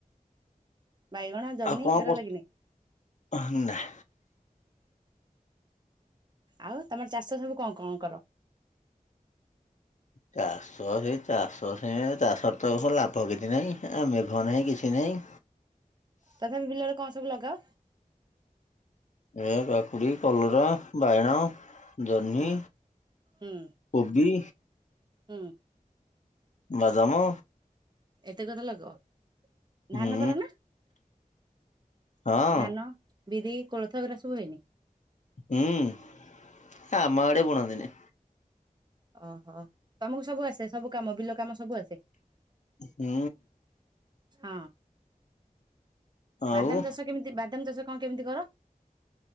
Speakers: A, on the right (about 30°); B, on the left (about 55°).
A: ବାଇଗଣ। ଜହ୍ନି
B: ଆଉ କଁ
A: ଏଗୁଡା
B: କର
A: ଲାଗିନି
B: ଆଃ ନାଁ।
A: ଆଉ ତମର ଚାଷ ସବୁ କଁ କଁ କର?
B: ଚାଷ ହେ ଚାଷ ସେଁ ଚାଷରେ ତ ଏ ବଷ ଲାଭ କିଛି ନାହିଁ ଏ ମେଘ ନାହିଁ କିଛି ନାହିଁ।
A: ତଥାପି ବିଲରେ କଁ ସବୁ ଲଗାଅ?
B: ଏ କାକୁଡ଼ି କଲରା ବାଇଣ। ଜହ୍ନି
A: ହଁ ହୁଁ
B: କୋବି
A: ହୁଁ।
B: ବଦାମ।
A: ଏତେ କଥା ଲଗଅ। ଧାନ
B: ହୁଁ
A: କର ନା
B: ହଁ
A: ଧାନ? ବିରି କୋଳଥ ଏଗୁରା ସବୁ ହୁଏନି?
B: ହୁଁ ଆମ ଆଡ଼େ ବୁଣନ୍ତିନି।
A: ଅହ ତମୁକୁ ସବୁ ଆସେ ସବୁ କାମ ବିଲ କାମ ସବୁ ଆସେ?
B: ହୁଁ।
A: ହଁ
B: ଆଉ
A: ବାଦାମ ଚାଷ କେମିତି ବାଦାମ ଚାଷ କଁ କେମିତି କର?